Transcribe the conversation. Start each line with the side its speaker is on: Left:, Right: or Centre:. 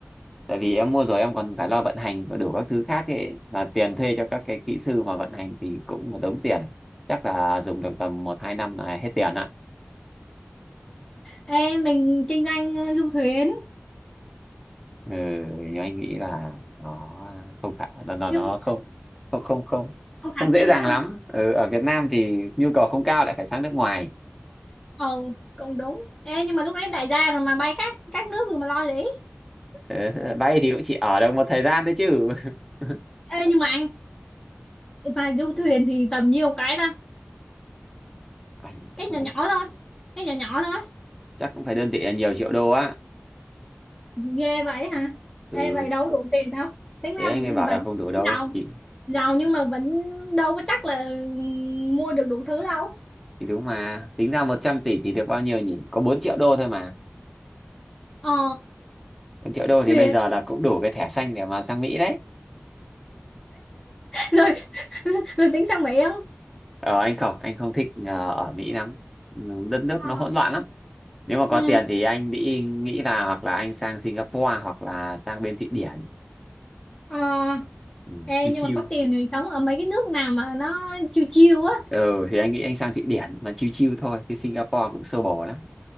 Centre: tại vì em mua rồi em còn phải lo vận hành và đủ các thứ khác ấy là tiền thuê cho các cái kỹ sư mà vận hành thì cũng một đống tiền chắc là dùng được tầm một hai năm là hết tiền ạ
Left: Ê, mình kinh doanh ờ, du thuyền
Centre: ừ, nhưng anh nghĩ là nó không phải là nó
Left: nhưng
Centre: nó không không không không
Left: không khả
Centre: không dễ
Left: thi
Centre: dàng
Left: lắm
Centre: lắm
Left: à
Centre: ừ, ở Việt Nam thì nhu cầu không cao lại phải sang nước ngoài
Left: ờ cũng đúng Ê, nhưng mà lúc đấy đại gia rồi mà bay các các nước rồi mà lo gì
Centre: ừ, vay thì cũng chỉ ở được một thời gian đấy chứ <laughs>
Left: Ê, nhưng mà anh mà du thuyền thì tầm nhiêu cái ta
Centre: anh
Left: cái
Centre: không
Left: nhỏ
Centre: biết
Left: nhỏ thôi cái nhỏ nhỏ thôi
Centre: chắc cũng phải đơn vị là nhiều triệu đô á
Left: ghê vậy hả
Centre: ừ
Left: Ê, vậy đâu đủ tiền đâu tính
Centre: thế
Left: ra
Centre: anh
Left: vẫn
Centre: mới bảo
Left: vẫn
Centre: là không đủ đâu
Left: giàu
Centre: chỉ
Left: giàu nhưng mà vẫn đâu có chắc là mua được đủ thứ đâu
Centre: thì đúng mà tính ra 100 tỷ thì được bao nhiêu nhỉ có 4 triệu đô thôi mà
Left: ờ
Centre: bốn triệu đô
Left: thuyền
Centre: thì bây giờ là cũng đủ cái thẻ xanh để mà sang Mỹ đấy
Left: lười <laughs> lười tính sang Mỹ không
Centre: ờ anh không anh không thích ờ, ở Mỹ lắm Ừ, đất nước
Left: Ờ,
Centre: nó hỗn loạn lắm nếu mà
Left: ừ,
Centre: có tiền thì anh nghĩ nghĩ là hoặc là anh sang Singapore hoặc là sang bên Thụy Điển
Left: ờ,
Centre: ừ,
Left: ê,
Centre: chill
Left: nhưng
Centre: chill
Left: mà có tiền thì sống ở mấy cái nước nào mà nó chill chill á
Centre: ừ thì anh nghĩ anh sang Thụy Điển là chill chill thôi chứ Singapore cũng sơ bồ lắm